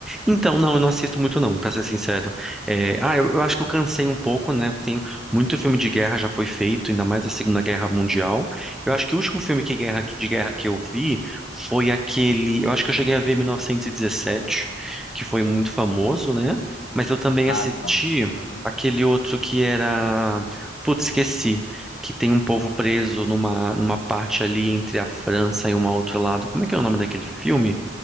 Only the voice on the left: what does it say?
Ah,
tá. Aham.